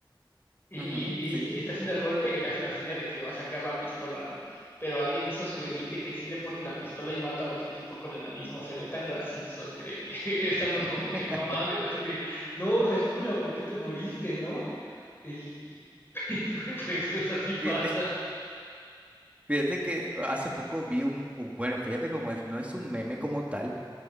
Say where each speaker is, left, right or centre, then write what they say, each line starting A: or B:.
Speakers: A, on the left (about 25°); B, on the right (about 15°).
A: y,
B: ujú,
A: y,
B: sí.
A: y está y está haciendo el golpe y le hace la seña de que le va a sacar la pistola, ¿no? Pero alguien hizo su edit de que sí le ponen la pistola y mata al otro tipo con enanismo. Se ve tan gracioso, créeme. <laughs> Es algo
B: <laughs>
A: como que no mames, así de, no, Hashbula, ¿por qué te moriste, no? Y, y <laughs> pues, pues así pasa.
B: Fí- Fíjate que hace poco vi un, un- bueno, fíjate cómo es, no es un meme como tal,